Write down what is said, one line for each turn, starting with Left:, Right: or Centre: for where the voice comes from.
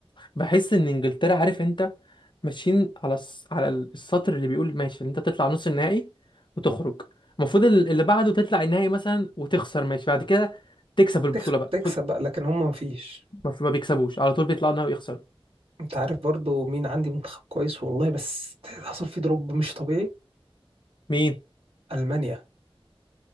Left: بحس إن إنجلترا عارف أنت ماشيين على الس... على السطر اللي بيقول ماشي إن أنت تطلع نص النهائي وتخرج المفروض ال- اللي بعده تطلع النهائي مثلا وتخسر ماشي بعد كده تكسب البطولة
Right: تخ-
Left: بقى
Right: تكسب
Left: خد
Right: بقى لكن هم مفيش
Left: ما ما بيكسبوش على طول بيطلعوا النهائي ويخسروا
Right: انت عارف برضو مين عندي منتخب كويس والله بس حصل فيه دروب مش طبيعي
Left: مين
Right: المانيا